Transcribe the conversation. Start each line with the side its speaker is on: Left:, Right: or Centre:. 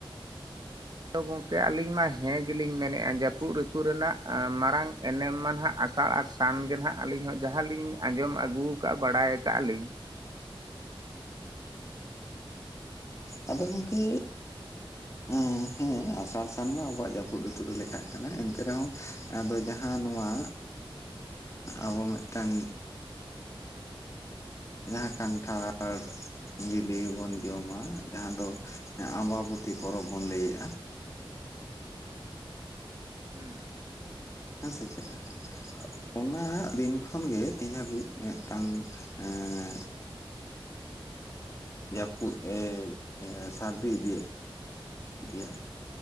Right: ᱟᱫᱚ ᱜᱚᱝᱠᱮ ᱟᱹᱞᱤᱧ ᱢᱟ ᱦᱮᱸ ᱜᱮᱞᱤᱧ ᱢᱮᱱᱮᱜᱼᱟ ᱡᱟᱹᱯᱩᱜ ᱨᱤᱛᱩ ᱨᱮᱱᱟᱜ ᱟ ᱢᱟᱨᱟᱝ ᱮᱱᱮᱢ ᱢᱟ ᱱᱟᱦᱟᱜ ᱟᱥᱟᱲ ᱟᱨᱼᱼ ᱥᱟᱱ ᱜᱮ ᱱᱟᱦᱟᱜ ᱟᱹᱞᱤᱧ ᱦᱚᱸ ᱡᱟᱦᱟᱸ ᱞᱤᱧ ᱟᱸᱡᱚᱢ ᱟᱹᱜᱩ ᱟᱠᱟᱜ ᱵᱟᱲᱟᱭ ᱠᱟᱜᱼᱟ ᱞᱤᱧ᱾
Left: ᱟᱫᱚ ᱜᱚᱝᱠᱮᱼᱼ
Right: <unintelligible>
Left: ᱮᱸ ᱦᱮᱸ ᱟᱥᱟᱲ ᱥᱟᱱᱢᱟ ᱟᱵᱚᱣᱟᱜ ᱡᱟᱹᱯᱩᱫ ᱨᱤᱛᱩᱨ ᱨᱮ ᱞᱮᱠᱷᱟᱜ ᱠᱟᱱᱟ ᱮᱱᱛᱮ ᱨᱮᱦᱚᱸᱼᱼ ᱟᱫᱚ ᱡᱟᱦᱟᱸ ᱱᱚᱣᱟ ᱟᱵᱚ ᱢᱮᱫᱴᱟᱝᱼᱼ ᱡᱟᱦᱟᱸ ᱠᱟᱱᱴᱷᱟᱲᱼᱼ ᱵᱤᱞᱤ ᱦᱚᱵᱚᱱ ᱵᱚᱱ ᱡᱚᱢᱟ ᱡᱟᱦᱟᱸ ᱫᱚ ᱟᱢᱵᱟᱵᱚᱛᱤ ᱯᱚᱨᱚᱵᱽ ᱵᱚᱱ ᱞᱟᱹᱭᱮᱜᱼᱟ᱾
Right: ᱦᱩᱸ
Left: ᱦᱮᱸ ᱥᱮ ᱪᱮᱫᱠᱟ ᱚᱱᱟ ᱫᱤᱱ ᱠᱷᱚᱱ ᱜᱮ ᱛᱮᱦᱤᱧ ᱦᱟᱹᱵᱤᱡ ᱢᱮᱫᱴᱟᱝᱼᱼ ᱮᱸᱜ ᱡᱟᱹᱯᱩᱫ ᱮ ᱥᱟᱨᱫᱤ ᱤᱫᱤᱭᱮᱫᱼᱼ ᱜᱮᱭᱟ᱾